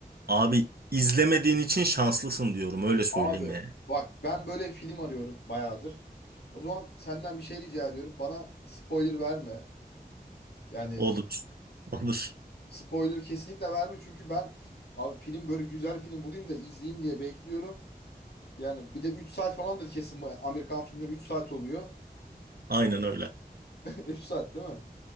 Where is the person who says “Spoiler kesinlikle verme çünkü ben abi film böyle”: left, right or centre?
Left